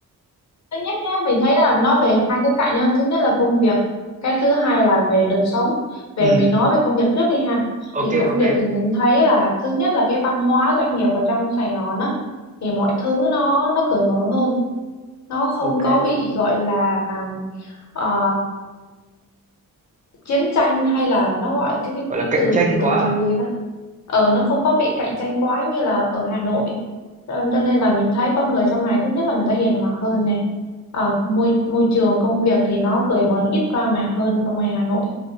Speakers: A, on the left; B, on the right.
A: thứ nhất nhá mình thấy là nó về hai khía cạnh nhá thứ nhất là công việc cái thứ hai là về đời sống về
B: ừ
A: mình nói về công việc trước đi ha thì
B: ok
A: công
B: ok
A: việc thì mình thấy là thứ nhất là cái văn hóa doanh nghiệp ở trong Sài Gòn á thì mọi thứ nó nó cởi mở hơn nó không
B: ok
A: có bị gọi là ờ, chiến tranh hay là nó gọi cái cái,
B: gọi
A: cái
B: là cạnh
A: từ
B: tranh quá
A: từ
B: à
A: từ gì ta ờ nó không có bị cạnh tranh quá như là ở Hà Nội cho, cho nên là mình thấy con người trong này thứ nhất là người ta hiền hòa hơn này Ờ, môi môi trường công việc thì nó cởi mở nó ít drama hơn ở ngoài Hà Nội